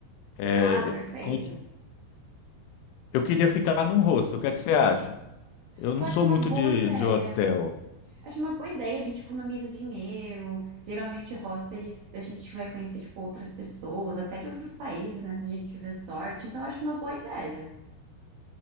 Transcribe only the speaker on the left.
É,
com- eu queria ficar num hostel, o que é que você acha? Eu
não
sou
muito
de,
de hotel.